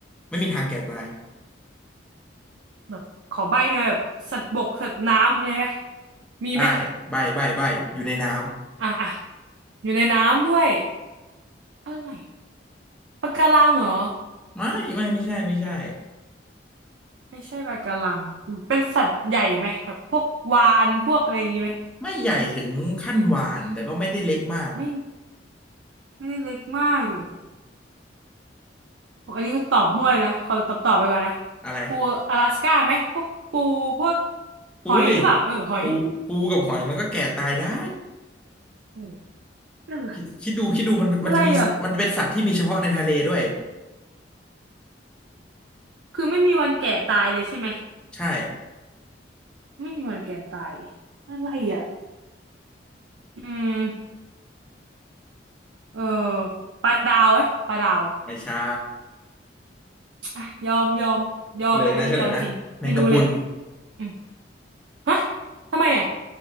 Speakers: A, in the centre; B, on the right.
A: ไม่มีทางแก่ตาย
B: แบบขอใบ้ได้ไหมแบบสัตว์บกสัตว์น้ำอะไรไหมมีไหม
A: ได้ใบใบใบอยู่ในน้
B: อ่าอ่าอยู่ในน้ำด้วยอะไรปะการังเหรอ
A: ำไม่ไม่ไม่ใช่ไม่ใช่
B: ไม่ใช่ปะการังเป็นสัตว์ใหญ่ไหมแบบพวกวาฬพวกอะไรอย่างงี้ไหม
A: ไม่ใหญ่ถึงขั้นวาฬแต่ก็ไม่ได้เล็กมาก
B: ไม่ไม่ได้เล็กมากเหรอ อันนี้ก็ตอบมั่วเลยนะคนตอบตอบไปก่อนนะ
A: อะไร
B: ปูอลาสก้าไหมพวกปูพวก
A: อุ้ย
B: หอยหรือเปล่าเออหอย
A: ปูปูกับหอยมันก็แก่ตายได้
B: เออนั่น
A: คิดคิดดูคิดดูมันมันจะมีมันเป็นสัตว์ที่มีเฉพาะในทะเลด้วย
B: อะไรอะไรอ่ะคือไม่มีวันแก่ตายเลยใช่ไหม
A: ใช่
B: ไม่มีวันแก่ตายอะไรอ่ะอืมเออปลาดาวไหมปลาดาว
A: ไม่ใช่
B: อ่ะยอมยอมยอมแล้วอันนี้ยอมจริงไม่รู้เลย
A: เฉลยนะเฉลยนะแมงกะพรุน
B: อืมฮะทำไมอ่ะ